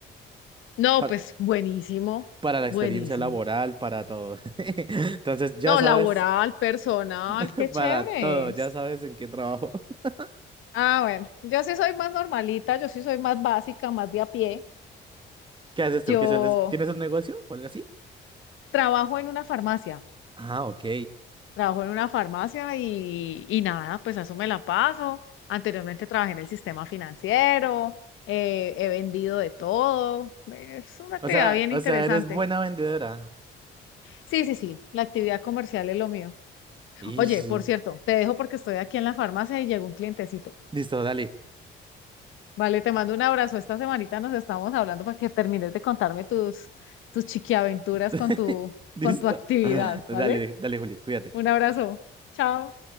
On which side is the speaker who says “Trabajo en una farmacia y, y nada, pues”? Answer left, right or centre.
Left